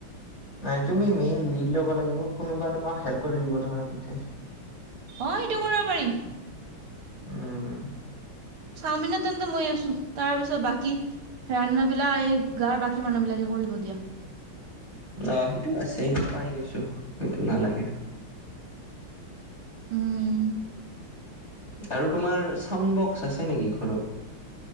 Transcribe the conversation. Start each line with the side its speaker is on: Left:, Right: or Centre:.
Left: নাই তুমি মেইন লিড ল'ব লাগিব কোনোবা তোমাক খেল কৰি দিব ধৰা এনেকে।
Right: অহ ', সেইটো কৰিব পাৰিম।
Left: উম',
Right: চাওমিনত তেন্তে ময়ে আছো তাৰপিছত বাকী ৰান্নাবিলাক এই গাঁৱৰ বাকী মানুহ বিলাকে কৰিব দিয়া।
Left: অহ ', সেইটো আছে সেইটো পাই গৈছো সেইটো নালাগে।
Right: উম',
Left: আৰু তোমাৰ চাউণ্ড বক্স আছে নেকি ঘৰত।